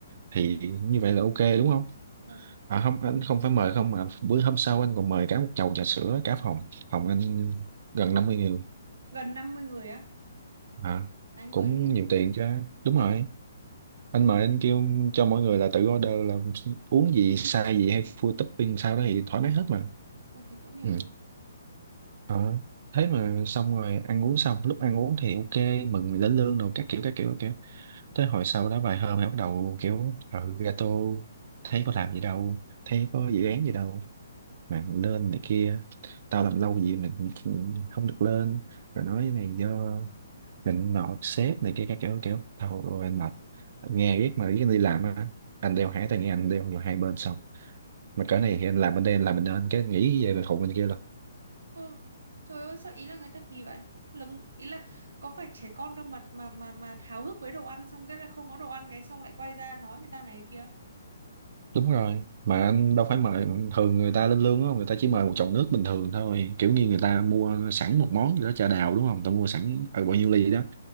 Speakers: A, on the right; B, on the right.
A: thì như vậy là ok đúng không
B: vâng
A: à không anh không phải mời không mà bữa hôm sau anh còn mời cả một chầu trà sữa cả phòng phòng anh gần năm mươi người
B: gần 50 người á
A: à
B: anh
A: cũng
B: mới
A: nhiều tiền chứ đúng
B: vâng
A: rồi anh
B: cũng
A: mời anh kêu cho mọi người là tự order là uống gì sai gì hay full topping sao đó thì thoải mái hết mà
B: Ôi, thế cũng nhiều
A: ừ.
B: tiền
A: Ờ, thế mà xong rồi ăn uống xong lúc ăn uống thì ok mừng mình lên lương rồi các kiểu các kiểu các kiểu tới hồi sau đó vài hôm thì bắt đầu kiểu ừ, gato thấy có làm gì đâu thấy có dự án gì đâu mà lên này kia tao làm lâu gì mình không được lên rồi nói này do mình nọ sếp này kia các kiểu kiểu thôi ôi, anh mệt anh nghe biết mà biết anh đi làm á anh đeo hai tai nghe anh đeo vào hai bên xong mà cỡ này thì anh làm bên đây anh làm bên đây anh cái nghĩ về thuộc bên kia rồi
B: Ờ, trời ơi sao ý là người ta kỳ vậy? Lấm ý là có phải trẻ con đâu mà mà mà mà háo hức với đồ ăn xong cái là không có đồ ăn cái xong lại quay ra nói người ta này kia.
A: đúng rồi mà
B: Ơ
A: anh đâu phải mời thường người ta lên lương á người ta chỉ mời một chậu nước bình thường thôi kiểu như người ta mua sẵn một món gì đó trà đào đúng không người ta mua sẵn ở bao nhiêu ly đó